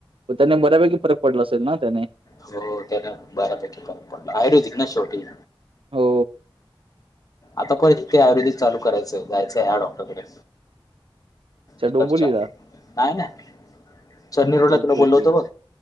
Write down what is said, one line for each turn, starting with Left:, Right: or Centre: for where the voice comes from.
Right: त्याने बऱ्यापैकी फरक पडला असेल ना त्याने...
Left: हो त्याना बारापैकीक पडला आयरदिक ना शेवटी..
Right: हो.
Left: आता परत तिथे आयुर्वेदिक चालू करायचं जायचंय या डॉक्टरकडे...
Right: अच्छा
Left: इकडच्या
Right: डोंबिवलीला.
Left: नाही ना चरनी रोडला
Right: ओके,
Left: तुला बोलल
Right: ओके.
Left: होत बघ...